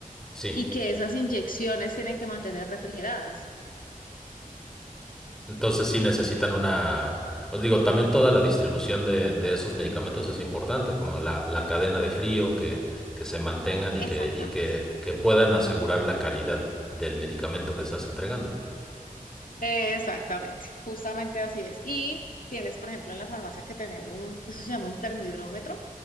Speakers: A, in the centre; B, on the left.
A: sí.
B: y que esas inyecciones tienen que mantener refrigeradas.
A: Entonces sí necesitan una... Os digo, también toda la distribución de, de esos medicamentos es importante, como la, la cadena de frío, que, que se mantengan y, que,
B: Exactamente,
A: y que, que puedan asegurar la calidad del medicamento que estás entregando.
B: exactamente, justamente así es. Y tienes, por ejemplo, en la farmacia que tener un, eso se llama un termohidrómetro,